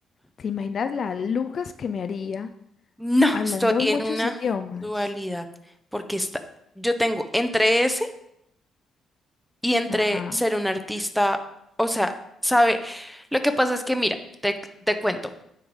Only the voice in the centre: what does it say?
No,
estoy en
una
dualidad porque está, yo tengo entre ese y entre
ser un artista, o sea, sabe, lo que pasa es que mira, te, te cuento,